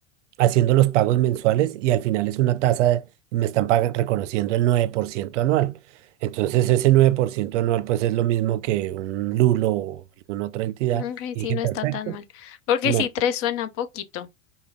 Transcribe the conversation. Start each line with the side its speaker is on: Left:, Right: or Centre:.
Right: haciendo los pagos mensuales y al final es una tasa, de- me están pagan- reconociendo el 9% anual. Entonces ese 9% anual pues es lo mismo que un Lulo o alguna otra entidad.
Left: Ok,
Right: Y
Left: sí,
Right: dije,
Left: no
Right: perfecto,
Left: está tan mal. Porque
Right: me
Left: sí, tres suena poquito.